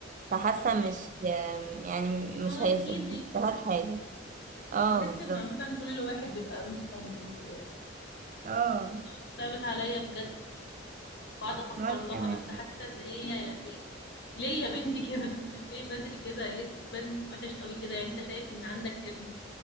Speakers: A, on the right; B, on the left.
A: فحاسه
B: فاهمة
A: مش يعني
B: اه
A: مش هيس-
B: يا في
A: مش
B: منين
A: هيستفاد حاجه اه
B: بحس
A: بالظبط
B: ان عامة كل واحد بيبقى نسخة من الواحد
A: اه
B: صعبت عليا بجد بقعد افكر
A: وانا
B: لها
A: كمان
B: بس حاسة ان هي يعني ليه يا بنتي كده <laughs> ليه بدري كده ليه تبان وحش قوي كده يعني انت شايف ان عندك ابن